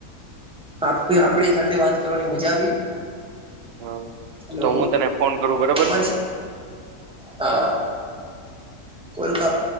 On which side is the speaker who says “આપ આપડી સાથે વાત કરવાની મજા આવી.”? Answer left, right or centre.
Centre